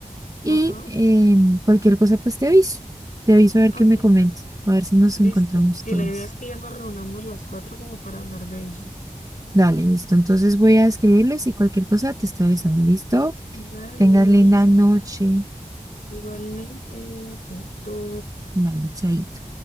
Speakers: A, on the right; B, on the left.
A: y
B: Ajá,
A: em, cualquier cosa, pues te aviso. Te aviso a ver
B: ok,
A: qué me comenta, a ver si nos encontramos
B: listo. Sí,
A: todas.
B: la idea es que ya nos reunamos las cuatro como para hablar de eso.
A: Dale, listo. Entonces voy a escribirles y cualquier cosa te estoy avisando. ¿Listo?
B: Vale,
A: Tengas linda
B: listis.
A: noche.
B: Igualmente, chaito.
A: Bye, chaito.